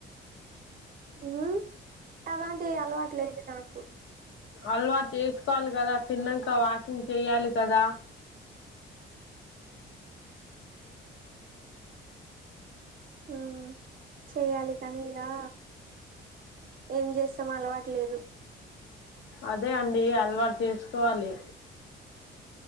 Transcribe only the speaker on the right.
ఉహు అలాంటి అలవాట్ లేదు తనకు
ఆ చెయ్యాలి కనీ ఇగా ఏం జేస్తాం అలవాట్ లేదు